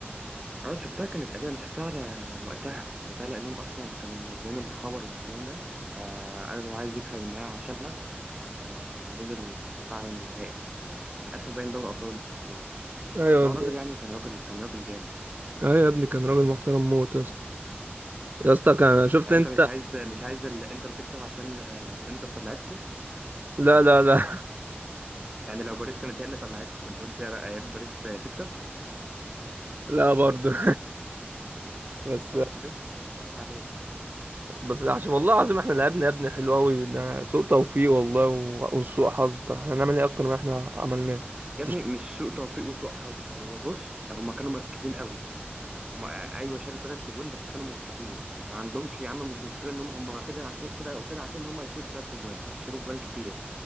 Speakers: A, on the right; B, on the right.
A: اه شفتها كانت قديمة انا شفتها ل- وقتها وقتها لانهم اصلا كانوا منزلين الخبر والكلام ده فقال هو عايز يكسب النهائي عشاننا فنزل وكسب فعلا النهائي خد- كان اخر باين دوري ابطال انتوا خدتوه
B: ايوه
A: بس هو راجل يعني كان راجل كان راجل جامد
B: اه يا ابني كان راجل محترم موت يا اسطى يا اسطى كان شفت
A: يعني
B: انت
A: انت مش عايز مش عايز الانتر تكسب عشان آه، الانتر طلعتكو
B: لا لا لا
A: يعني لو باريس كانت هي اللي طلعتكم كنت قلت يا يا ريت باريس تكسب
B: <laughs> لا برضه <laughs> بس
A: اهو شوف آه، عيب عليك
B: بس عشان والله العظيم احنا لعبنا يا ابني حلو قوي ده سوء توفيق والله و- وسوء حظ طب احنا هنعمل ايه اكتر ما احنا عملناه انت
A: يا ابني
B: شايف-
A: مش سوء توفيق وسوء حظ هو بص هما كانوا مركزين قوي هما ايوه شالوا ثلاث تجوان بس كانوا مركزين ما عندهمش يا عم مش مشكله ان هم هم كده عارفين كده وكده عارفين ان هم هيشيلوا ثلاث تجوان هيشيلوا جوان كتير